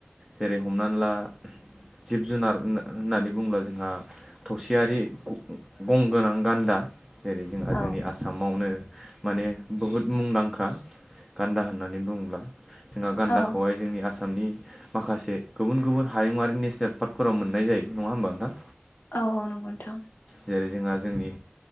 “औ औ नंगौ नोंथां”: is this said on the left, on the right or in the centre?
Left